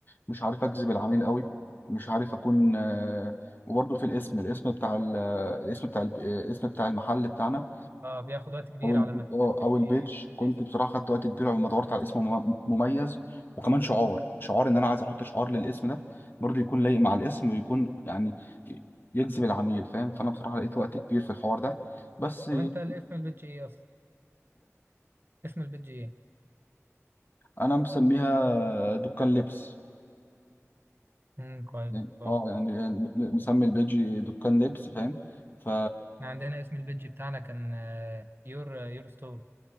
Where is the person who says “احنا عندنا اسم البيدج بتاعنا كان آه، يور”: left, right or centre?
Right